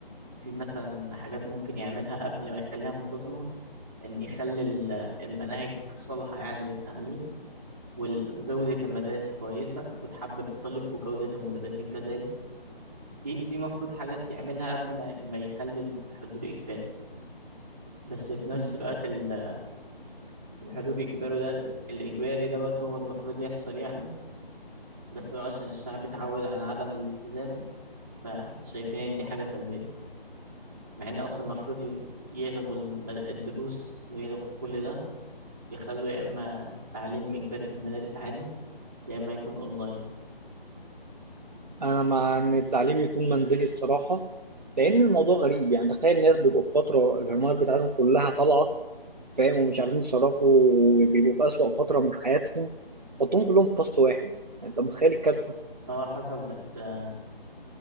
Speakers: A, on the right (about 15°); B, on the right (about 45°).
A: في مثلا حاجات ممكن يعملها قبل ما يخليها منتظمة ان يخلي ال- المناهج صالحة يعني للتعليم وال- وجودة المدارس كويسة وتحبب الطالب وجودة المدرسين كذلك دي دي مفروض حاجات يعملها قبل ما ما يخلي الحضور إجباري بس في نفس
B: مم.
A: الوقت ال- الحضور إجباري ده الإجباري دوت هو المفروض يحصل يعني بس هو عشان الشعب اتعود على عدم الالتزام فشايفين إن دي حاجة سلبية مع إن أصلا المفروض ي- يلغوا المد- الدروس ويلغوا كل ده يخلوا يا إما تعليم إجباري في المدارس عادي يا إما يكون أونلاين
B: انا مع ان التعليم يكون منزلي الصراحه لان الموضوع غريب يعني تخيل الناس بيبقوا في فتره الهرمونات بتاعتهم كلها طالعه فاهم ومش عارفين يتصرفوا وبيبقوا في أسوأ فترة من حياتهم حطهم كلهم في فصل واحد يعني انت متخيل الكارثة
A: هو حصل بس آه،